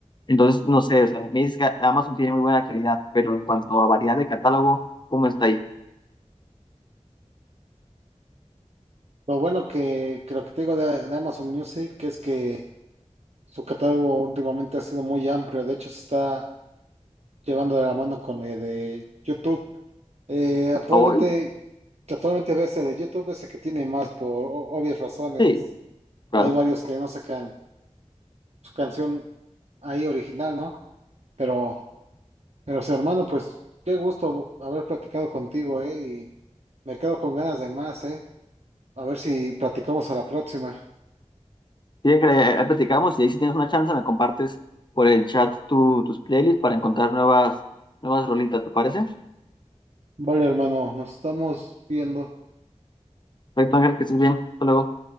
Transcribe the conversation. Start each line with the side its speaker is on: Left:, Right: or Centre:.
Left: Entonces, no sé, o sea, me dices que Amazon tiene muy buena calidad, pero en cuanto a variedad de catálogo, ¿cómo está ahí?
Right: Lo bueno que creo que te digo de, de Amazon Music es que su catálogo últimamente ha sido muy amplio. De hecho, se está llevando de la mano con el de YouTube. Eh, actualmente,
Left: ¿A hoy?
Right: que actualmente ves el de YouTube es el que tiene más por o- obvias razones.
Left: Sí, claro.
Right: Hay varios que no sacan su canción ahí original, ¿no? Pero, pero, sí, hermano, pues qué gusto haber platicado contigo, ¿eh? Y me quedo con ganas de más, ¿eh? A ver si platicamos a la próxima.
Left: Sí, que ahí platicamos y ahí si tienes una chance me compartes por el chat tu- tus playlists para encontrar nuevas, nuevas rolitas, ¿te parece?
Right: Vale, hermano, nos estamos viendo.
Left: Perfecto, Ángel, que estés bien. Hasta luego.